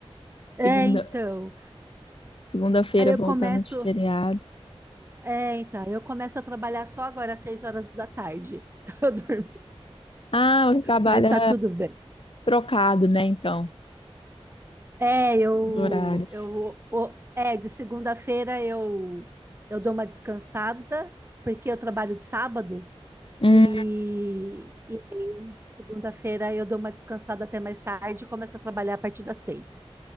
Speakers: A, on the right; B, on the left.
A: É,
B: Segunda,
A: então.
B: segunda-feira
A: Aí eu
B: voltando
A: começo,
B: de feriado.
A: é, então, aí eu começo a trabalhar só agora às seis horas da tarde. <laughs> Então eu durmo,
B: Ah, você trabalha
A: mas tá tudo bem.
B: trocado, né? Então,
A: É, eu
B: os horários.
A: eu o- é, de segunda-feira eu eu dou uma descansada, porque eu trabalho de sábado.
B: Hum,
A: E, e aí, segunda-feira eu dou uma descansada até mais tarde e começo a trabalhar a partir das seis.